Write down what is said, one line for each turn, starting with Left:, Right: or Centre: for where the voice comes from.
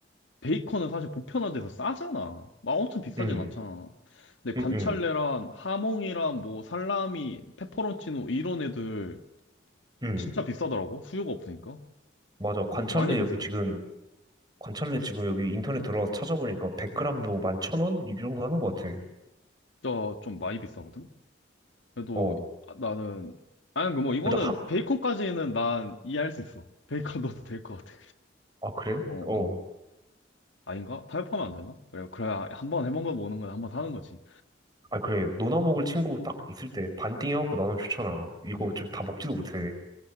Left: 베이컨은 사실 보편화돼서 싸잖아. 막 엄청 비싸진
Right: 응,
Left: 않잖아. 근데
Right: 응,
Left: 관찰레랑
Right: 응,
Left: 하몽이랑 뭐 살라미, 페퍼론치노 이런 애들
Right: 응.
Left: 진짜 비싸더라고. 수요가 없으니까. 어,
Right: 맞아. 관찰래
Left: 많이 비싸.
Right: 여기 지금 관찰래 지금 여기 인터넷 들어가서 찾아보니까 100g 뭐 11,000원? 이 정도 하는 것 같아.
Left: 진짜 좀 많이 비싸거든. 그래도
Right: 어.
Left: 아, 나는 아니 뭐 이거는
Right: 그래도 한,
Left: 베이컨까지는 난 이해할 수 있어. <laughs> 베이컨 넣어도 될 것 같아.
Right: 아, 그래?
Left: 어,
Right: 어.
Left: 어. 아닌가? 타협하면 안 되나? 그래, 그래야 한 번 해본 거 먹는 건 한 번 사는 거지.
Right: 아, 그래. 노나 먹을 친구 딱 있을 때 반띵 해갖고 나눠 좋잖아. 이거
Left: 음.
Right: 지금 다 먹지도 못해.